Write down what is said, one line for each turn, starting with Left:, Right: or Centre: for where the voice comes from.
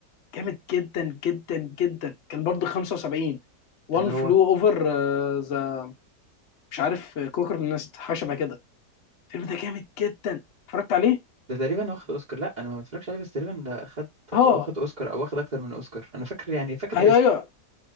Left: جامد جدا جدا جدا كان برضه 75 وان
Right: اللي هو
Left: فلو اوفر ذا مش عارف كوكر نست حاجه شبه كده الفيلم ده جامد جدا اتفرجت عليه
Right: ده تقريبا واخد اوسكار لا انا ما بتفرجش عليه بس تقريبا ده خد
Left: اه
Right: واخد اوسكار او واخد اكتر من اوسكار انا فاكر يعني فاكر
Left: ايوه
Right: الاسم
Left: ايوه